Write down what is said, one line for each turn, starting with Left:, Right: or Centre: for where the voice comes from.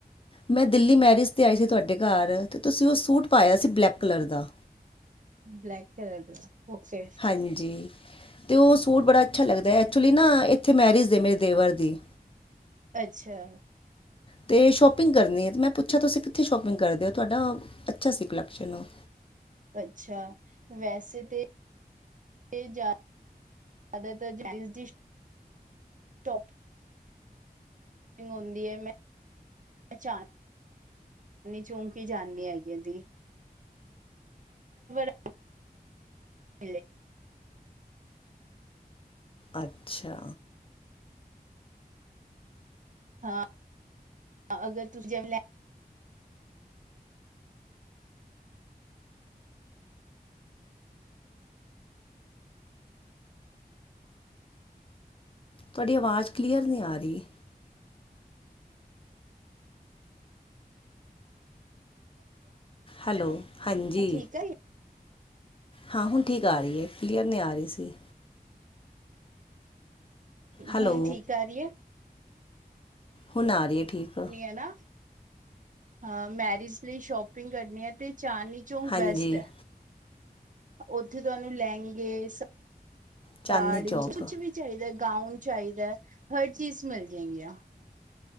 Left: ਮੈਂ ਦਿੱਲੀ ਮੈਰਿਜ 'ਤੇ ਆਈ ਸੀ ਤੁਹਾਡੇ ਘਰ ਅਤੇ ਤੁਸੀਂ ਉਹ ਸੂਟ ਪਾਇਆ ਸੀ ਬਲੈਕ ਕਲਰ ਦਾ।
Right: ਬਲੈਕ ਕਲਰ ਦਾ ਓਕੇ
Left: ਹਾਂਜੀ ਅਤੇ ਉਹ ਸੂਟ ਬੜਾ ਅੱਛਾ ਲੱਗਦਾ ਐਕਚੁਲੀ ਨਾ ਇੱਥੇ ਮੈਰਿਜ ਐ ਮੇਰੇ ਦੇਵਰ ਦੀ।
Right: ਅੱਛਾ
Left: ਤੇ ਸ਼ੋਪਿੰਗ ਕਰਨੀ ਹੈ ਅਤੇ ਮੈਂ ਪੁੱਛਿਆ ਤੁਸੀਂ ਕਿੱਥੇ ਸ਼ੋਪਿੰਗ ਕਰਦੇ ਹੋ ਤੁਹਾਡਾ ਅੱਛਾ ਸੀ ਕੁਲੈਕਸ਼ਨ ਸੀ।
Right: ਅੱਛਾ ਵੈਸੇ ਤੇ <inaudible> <inaudible> <inaudible> ਚੂੰਕੀ ਜਾਨੀ ਹੈਗੀ ਆ ਦੀ <unintelligible> ਮਿਲੇ
Left: ਅੱਛਾ।
Right: ਹਾਂ ਅਗਰ ਤੁ <unintelligible>
Left: ਤੁਹਾਡੀ ਆਵਾਜ਼ ਕਲੀਅਰ ਨੀ ਆ ਰਈ। ਹੈਲੋ ਹਾਂਜੀ।
Right: ਹੁਣ ਠੀਕ ਆ ਰਹੀ
Left: ਹਾਂ ਹੁਣ ਠੀਕ ਆ ਰਹੀ ਐ ਕਲੀਅਰ ਨੀ ਆ ਰਈ ਸੀ। ਹੈਲੋ
Right: ਹੁਣ ਠੀਕ ਆ ਰਹੀ ਹੈ?
Left: ਹੁਨ ਆ ਰਈ ਐ ਠੀਕ।
Right: ਹੈਨਾ। ਹਾਂ ਮੈਰਿਜ਼ ਲਈ ਸ਼ੋਪਿੰਗ ਕਰਨੀ ਐ ਤੇ ਚਾਰਨੀ ਚੌਂਕ
Left: ਹਾਂਜੀ
Right: ਬੈਸਟ ਐ। ਓਥੇ ਤੁਆਨੂੰ ਲਹਿੰਗੇ ਸਾੜੀ
Left: ਚਾਂਦਨੀ ਚੌਕ
Right: ਕੁਛ ਵੀ ਚਾਈਦਾ ਗਾਊਨ ਚਾਈਦਾ ਹਰ ਚੀਜ਼ ਮਿਲ ਜਾਏਗੀ ਆ।